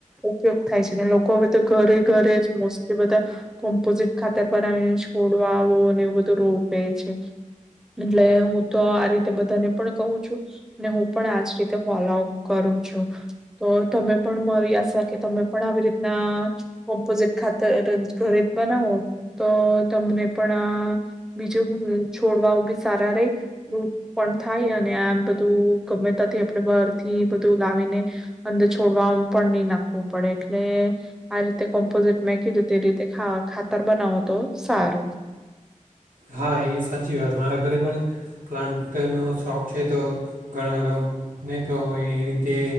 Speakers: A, in the centre; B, on the right.
A: ઉપયોગ થાય છે ને લોકો હવે તો ઘરે ઘરે જ મોસ્ટલી બધા કોમ્પોઝિટ ખાતર બનાવીને છોડ આવો અને એવું બધું રો એટલે હું તો આ રીતે બધાને પણ કહું છું. હું પણ આજ રીતે ફોલોપ કરું છું તો તમે પણ મારી આશા કે તમે પણ આવી રીતના કોમ્પોઝિટ ખાતર ઘરે જ બનાવો તો તમને પણ આ બીજું છોડવા બી સારા રહે રૂટ પણ થાય અને આ બધું ગમે તથી આપણે બહારથી બધું લાવીને અંદર છોડવા પણ નહી નાખવું પડે, એટલે આ રીતે કોમ્પોઝિટ મેં કીધું તે રીતેા ખાતર બનાવો તો સારું.
B: હા, એ સાચી વાત મારા ઘરે પણ પ્લાન્ટનો શોખ છે તો ઘણા લોકોને તો એ રીતે